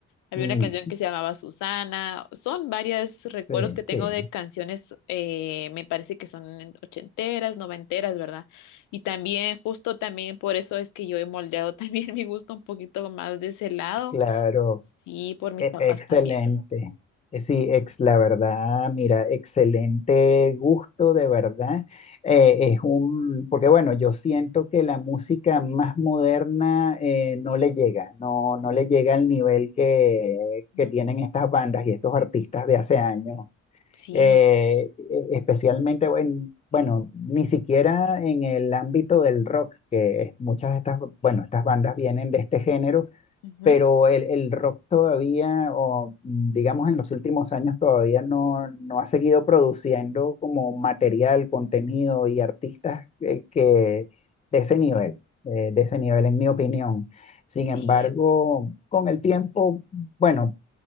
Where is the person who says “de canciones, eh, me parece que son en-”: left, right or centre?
Left